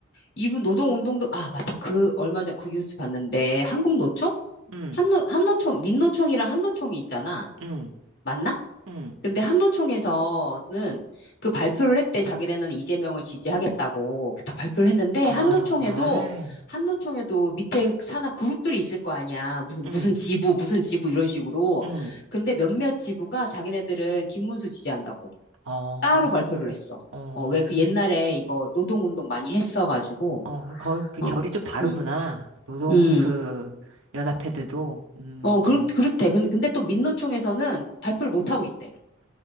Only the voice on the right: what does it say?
음,
음,
음.
아,
정말.
음,
음.
어,
어,
어. 그, 거- 그
결이
좀 다르구나.
노동
그 연합회들도. 음.